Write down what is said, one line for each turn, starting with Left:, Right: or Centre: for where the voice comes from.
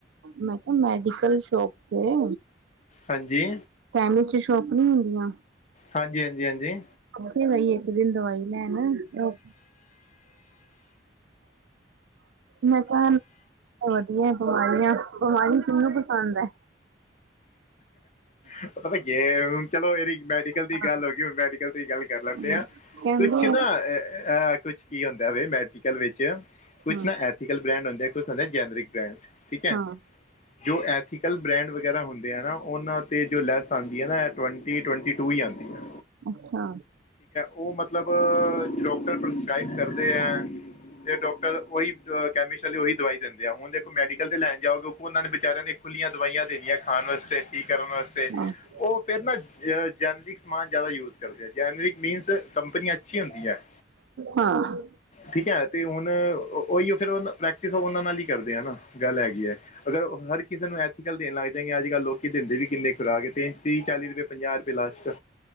Right: ਮੈਂ ਕਿਹਾ ਮੈਡੀਕਲ ਸ਼ੋਪ ਤੇ।
Left: ਹਾਂਜੀ।
Right: ਕੈਮਿਸਟ ਸ਼ੋਪ ਨੀ ਹੁੰਦੀਆਂ।
Left: ਹਾਂਜੀ ਹਾਂਜੀ ਹਾਂਜੀ
Right: ਉਥੇ ਗਈ ਇੱਕ ਦਿਨ ਦਵਾਈ ਲੈਣ ਅ ਮੈਂ ਤਾਂ ਵਧੀਆ ਬਿਮਾਰੀਆਂ, ਬਿਮਾਰੀ ਕਿਨੂੰ ਪਸੰਦ ਐ।
Left: ਮਤਲਬ ਗਏ ਓ ਹੂੰ ਚਲੋ ਮੇਰੀ ਮੈਡੀਕਲ ਦੀ
Right: ਹਾਂ
Left: ਗੱਲ ਹੋਗੀ ਮੈਡੀ ਤੇ ਈ ਗੱਲ ਕਰ ਲੈਂਦੇ
Right: ਹਾਂ।
Left: ਆ।
Right: ਕਹਿੰਦੇ
Left: ਕੁੱਛ ਨਾ ਅ ਕੁੱਛ ਕੀ ਹੁੰਦਾ ਮੈਡੀਕਲ ਵਿੱਚ, ਕੁੱਛ
Right: ਹਾਂ
Left: ਨਾ ਡੀਕਲ ਬਰੇਂਡ ਹੁੰਦੇ ਕੁੱਛ ਹੁੰਦਾ ਜੈਨਰਿਕ ਬਰੇਂਡ ਠੀਕ ਐ।
Right: ਹਾਂ
Left: ਜੋ ਐਥੀਕਲ ਬ੍ਰੈਂਡ ਵਗੈਰਾ ਹੁੰਦੇ ਆ ਨਾ ਉਹਨਾਂ ਤੇ ਜੋ ਲੈਸ ਆਂਉਦੀ ਐ ਨਾ ਟਵੰਟੀ, ਟਵੰਟੀ ਟੂ ਈ ਆਉਂਦੀ ਐ
Right: ਅੱਛਾ।
Left: ਓ ਮਤਲਬ ਡਾਕਟਰ ਪ੍ਰਿਸਕ੍ਰਾਈਬ ਕਰਦੇ ਐ, ਤੇ ਡਾਕਟਰ- ਟਰ ਓਈ ਕੈਮਿਸਲ ਓਹੀ ਦਵਾਈ ਦਿੰਦੇ ਆ ਹੁਣ ਦੇਖੋ ਮੈਡੀਕਲ ਤੇ ਲੈਣ ਜਾਓਗੇ ਓਨਾਂ ਨੇ ਵਿਚਾਰਿਆਂ ਨੇ ਖੁੱਲੀਆਂ ਦਵਾਈਆਂ ਦੇਣੀਆਂ ਖਾਣ ਵਾਸਤੇ ਕਰਨ ਵਾਸਤੇ
Right: ਹਾਂ
Left: ਓ ਫਿਰ ਨਾ ਜ ਜੈਨਰਿਕ ਸਮਾਨ ਜਾਦਾ ਯੂਜ ਕਰਦੇ ਆ ਜੈਨਰਿਕ ਮੀਨਸ ਕੰਪਨੀਆਂ ਅੱਛੀ ਹੁੰਦੀ ਹੈ
Right: ਹਾਂ
Left: ਠੀਕ ਐ। ਤੇ ਹੁਣ ਓਈਓ ਫੇਰ ਓ ਪ੍ਰੈਕਟਿਸ ਓਨਾਂ ਨਾਲ ਈ ਕਰਦੇ ਆ ਨਾ ਗੱਲ ਐਹ ਹੈਗੀ ਐ। ਅਗਰ ਹਰ ਕਿਸੇ ਨੂੰ ਐਥੀਕਲ ਦੇਣ ਲੱਗਜੇ ਗੇ ਅੱਜ ਕੱਲ ਲੋਕ ਦਿੰਦੇ ਵੀ ਕਿੰਨੇ ਕਰਾ ਕੇ ਤੇ ਤੀਹ ਚਾਲੀ ਰੁਪਏ ਪੰਜਾਹ ਰੁਪਏ ਲਾਸਟ